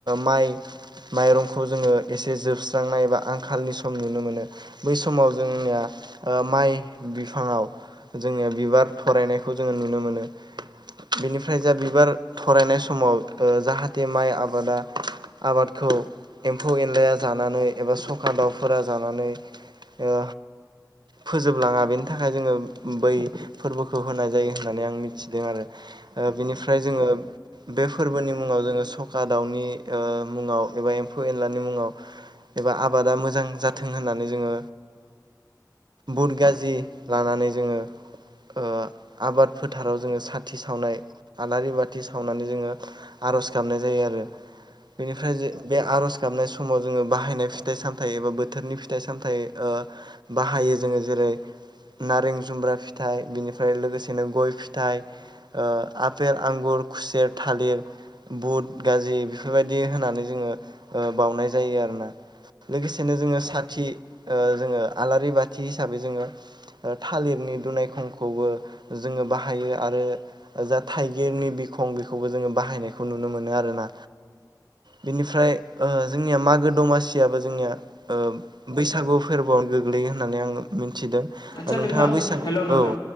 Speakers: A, on the right; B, on the left.
A: माइ माइरंखौ जोङो एसे जोबस्रांनाय एबा आंखालनि सम नुनो मोनो बै समाव जोंनिया माइ बिफाङाव जोङो बिबार थरायनायखौ जोङो नुनो मोनो बिनिफ्राय जा बिबार थरायनाय समाव जाहाथे माइ आबादा आबाद खौ एम्फौ एनलाया जानानै एबा सखा दाउफोरा जानानै ओ फोजोबलाङा बेनि थाखाय जोङो बै फोरबोखौ होनाय जायो होननानै आं मिथिदों आरो ओ बिनिफ्राय जोङो बे फोरबोनि मुङाव जोङो सखा दाउनि मुङाव एबा एम्फौ एनलानि मुङाव एबा आबादा मोजां जाथों होननानै जोङो बुट गाजि लानानै जोङो ओ आबाद फोथाराव जोङो साथि सावनाय आलारि बाथि सावनानै जोङो आर'ज गाबनाय जायो आरो बेनिफ्राय जो आर'ज गाबनाय समाव जोङो बाहायनाय फिथाइ सामथाइ एबा बोथोरनि फिथाइ सामथाइ बाहायो जों जोङो जेरै नारें जुम्ब्रा फिथाइ बिनिफ्राय लोगोसेनो गय फिथाइ ओ आफेल आंगुर खुसेर थालिर बुट गाजि बेफोरबायदि होनानै जोङो ओ बावनाय जायो आरोना लोगोसेनो जोङो साथि
B: औ
A: ओ जोङो आलारि बाथि हिसाबै जोङो थालिरनि दुनाय खंखौबो जोङो बाहायो आरो जा थाइगिरनि बि खौ बेखौबो जोङो बाहायनायखौ नुनो मोनो आरो ना बिनिफ्राय ओ जोंनिया मागो दमासियाबो जोंनिया ओ बैसागु फोरबो फोरबोयाव गोग्लैयो होननानै आङो मिथिदों
B: आदसा
A: नोंथाङा
B: नोंथां
A: बैसागु
B: हेल' नोंथां
A: औ